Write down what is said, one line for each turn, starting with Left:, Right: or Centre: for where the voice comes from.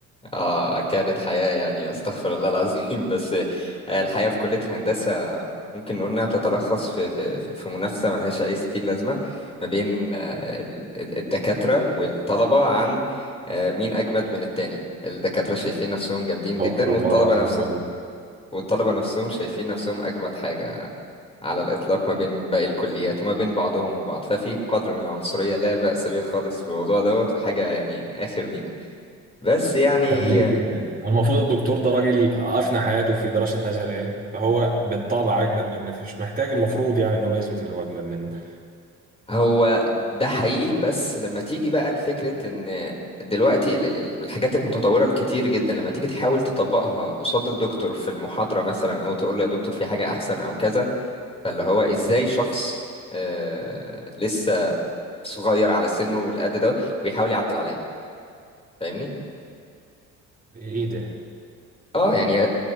Left: اه كانت حياة يعني استغفر الله العظيم <laughs> بس آه، الحياة في كلية الهندسة ممكن نقول انها بتتلخص في في في في منافسة ملهاش اي ستين لازمة ما بين آه، ال- الدكاترة والطلبة عن آه، مين اجمد من التاني الدكاترة شايفين نفسهم جامدين جدا
Right: استغفر
Left: والطلبة
Right: الله العظيم
Left: نفسهم
Right: يا رب
Left: والطلبة نفسهم شايفين نفسهم اجمد حاجة على الاطلاق ما بين باقي الكليات وما بين بعضهم وبعض ففي قدر من العنصرية لا بأس به خالص في الموضوع دوت وحاجة يعني اخر نيلة بس يعني
Right: طب ليه كده؟ المفروض الدكتور ده راجل أفنى حياته في دراسة هذا العلم فهو بالطبع أجمد منك مش محتاج المفروض يعني إن هو يثبت إن هو أجمد منك
Left: هو ده حقيقي بس لما تيجي بقى لفكرة ان دلوقتي ال- ال- ال- الحاجات المتطورة الكتير جدا لما تيجي تحاول تطبقها قصاد الدكتور في المحاضرة مثلا او تقول له يا دكتور في حاجة احسن او كذا فاللي هو ازاي شخص آه لسه صغير على سنه والقد ده ويحاول يعدل عليا فاهمني؟
Right: إيه
Left: اه يعني
Right: ده؟